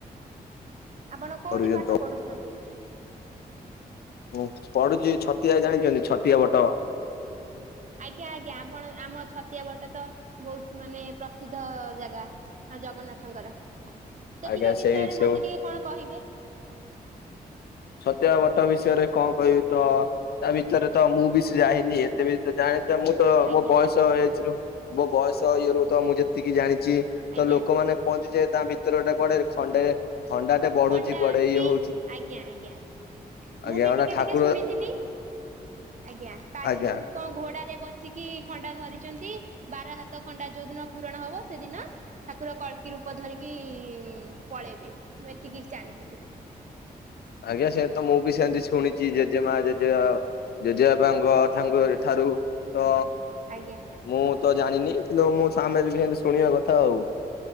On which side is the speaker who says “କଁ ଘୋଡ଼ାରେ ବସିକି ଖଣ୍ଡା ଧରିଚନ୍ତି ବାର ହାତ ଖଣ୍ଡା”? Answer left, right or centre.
Right